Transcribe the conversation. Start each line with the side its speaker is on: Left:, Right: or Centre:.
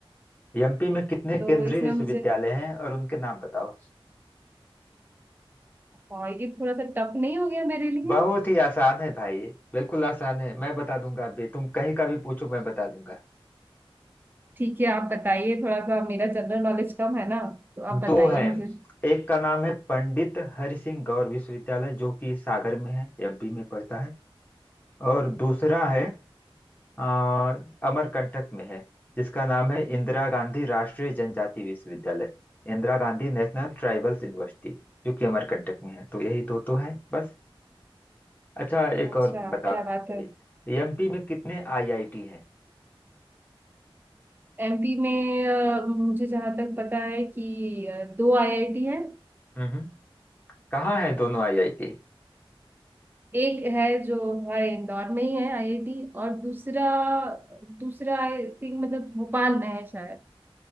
Left: एमपी में कितने केंद्रीय
Right: तो इसमें
Left: विश्वविद्यालय
Right: मुझे
Left: हैं और उनके नाम बताओ
Right: हाँ, ये थोड़ा सा टफ नहीं हो गया मेरे लिए
Left: बहुत ही आसान है भाई बिल्कुल आसान है मैं बता दूंगा अभी तुम कहीं का भी पूछो मैं बता दूंगा
Right: ठीक है आप बताइए थोड़ा सा मेरा जनरल नॉलेज कम है ना तो आप बताइए
Left: दो हैं
Right: मुझे
Left: एक का नाम है पंडित हरि सिंह गौर विश्वविद्यालय जो कि सागर में है एमपी में पड़ता है और दूसरा है आ, अमरकंटक में है जिसका नाम है इंदिरा गांधी राष्ट्रीय जनजाति विश्वविद्यालय Indira Gandhi national tribals university जो कि अमरकंटक में है तो यही दो तो है बस अच्छा एक
Right: अच्छा
Left: और बता
Right: क्या बात है
Left: एमपी में कितने आईआईटी हैं
Right: एमपी में अ, मुझे जहाँ तक पता है कि अ, दो आईआईटी है
Left: हम्म कहाँ हैं दोनों आईआईटी
Right: एक है जो हमारे इंदौर में ही है आईआईटी और दूसरा दूसरा आई थिंक मतलब भोपाल में है शायद